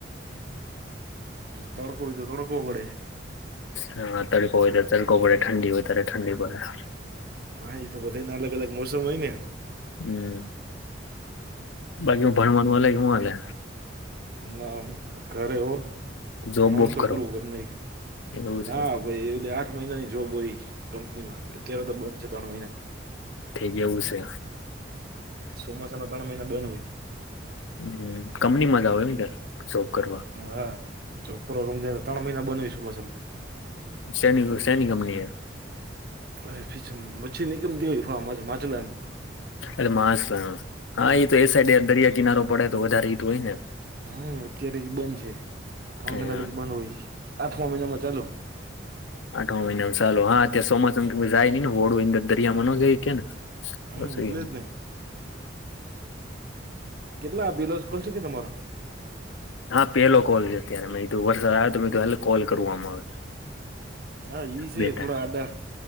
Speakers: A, on the right (about 50°); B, on the left (about 90°).
A: પછતાડ કોઈ તો થોડ કો બડે.
B: હા તડકો હોય ત તડકો પડે ઠંડી હોય ત્યારે ઠંડી પડે.
A: હા એ તો બધ નનેલગ અલગ મોસમ હોય ને
B: હમ બાકી હ ભણવાનું અય હલે
A: ના ઘરે હો ભણવાનું
B: જોબ બોબ
A: તો
B: કરો
A: પૂરું ઘર નહી
B: એવું
A: ના
B: છે
A: ભાઈ એ આઠ મહિનાની જોબ હોય કંપનીમાં અત્યારે તો બંધ છે ત્રણ મહિના
B: થઈ ગ એવું છે.
A: ચોમાસા ના ત્રણ મહિના બંધ હોય.
B: હમ કંપનીમાં જ આવે નેર જોબ કરવા.
A: હા છોકરો રમજાયને ત્રણ મહિના બન હોય સુુંમાસામાં.
B: સની સેની કંપનીએ.
A: અરે ફી સું મછીની કંપની મા મચ્છલા ને.
B: એટ માછલા હા એ તો એ સાઈડ એ દરિયા કિનારો પડે તો વધારે એજ હોય ને.
A: હમ અત્યારે બંધ છે ત્રણ
B: આઠમા
A: મહિના લગી બંધ હોય આઠમા મહિના માં ચાલુ.
B: આઠ માં મહિનામાં ચાલુ હા અત્યારે ચોમાસામાં કોઈ જાય નહી ને હોડું અંદર દરિયામાં નો જઈ હકે ને.
A: હમ
B: પછી
A: એટલે જ ને. કેટલા પેલો જ કોલ છે કે તમારો.
B: હા પેલો કોલ છે અત્યારે મેં કિધું વરસાદ આવ્યો તો મે જે કીધું કોલ કરું આમાં.
A: હા ઈ છે
B: બે ત્રણ
A: થોડા આડા